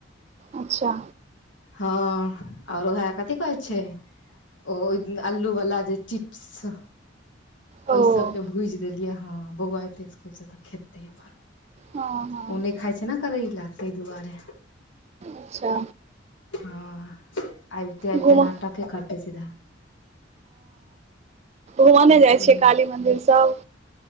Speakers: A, on the right; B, on the left.
A: अच्छा
B: हँ ओर ओहे कथी कहै छै ओ इ अल्लू वाला जे चिप्स छ
A: ओ
B: ओहि सबके भुजि देलियै हँ बौआ एतै इसकूल सऽ तऽ खेतै अपन
A: हँ हँ
B: ओ नहि खाइ छै ने करैला ताहि दुआरे।
A: अच्छा
B: हँ आबिते-आबिते
A: घुम
B: नाटके करते सीधा।
A: घुम
B: ह
A: नै जाए
B: कहियौ
A: छियै काली मंदिर सब